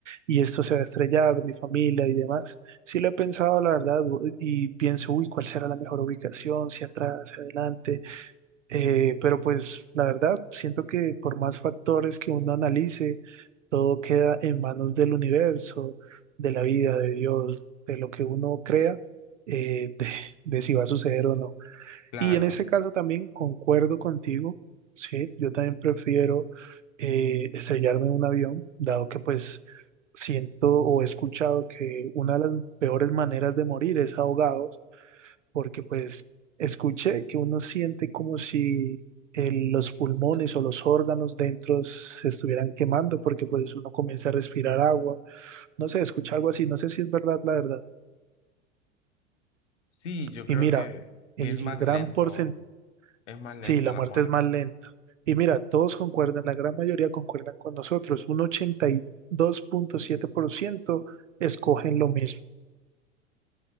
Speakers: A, on the right; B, on the left.
A: y esto se va a estrellar, mi familia y demás? Sí lo he pensado, la verdad, u- y pienso, uy, ¿cuál será la mejor ubicación? Si atrás, hacia adelante. Eh, pero pues la verdad, siento que por más factores que uno analice, todo queda en manos del universo, de la vida, de Dios, de lo que uno crea, eh, de de si va a suceder o no.
B: Claro,
A: Y en ese caso también concuerdo contigo, sí, yo también prefiero eh, estrellarme en un avión, dado que pues siento o he escuchado que una de las peores maneras de morir es ahogados, porque pues escuché que uno siente como si el- los pulmones o los órganos dentro se estuvieran quemando, porque pues uno comienza a respirar agua, no sé, escuché algo así, no sé si es verdad la verdad.
B: sí, yo creo
A: Y mira,
B: que
A: el
B: que es más
A: gran
B: lento
A: porcentaje
B: Es más lenta
A: Sí, la
B: la
A: muerte
B: muerte.
A: es más lenta. Y mira, todos concuerdan, la gran mayoría concuerdan con nosotros. Un ochenta y dos punto siete por ciento escogen lo mismo.